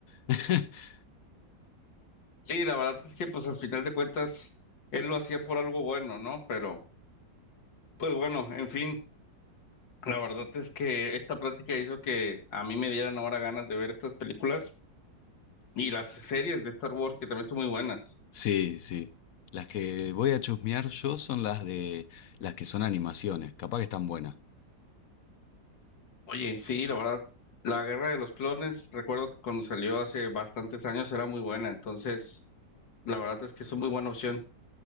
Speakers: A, on the left; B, on the left.
A: <laughs>
B: Sí, la verdad es que pues al final de cuentas él lo hacía por algo bueno, ¿no? Pero pues bueno, en fin, la verdad es que esta plática hizo que a mí me dieran ahora ganas de ver estas películas y las series de Star Wars que también son muy buenas.
A: Sí, sí. Las que voy a chusmear yo son las de las que son animaciones, capaz que están buenas.
B: Oye, sí, la verdad, la Guerra de los Clones, recuerdo que cuando salió hace bastantes años era muy buena, entonces la verdad es que es una muy buena opción.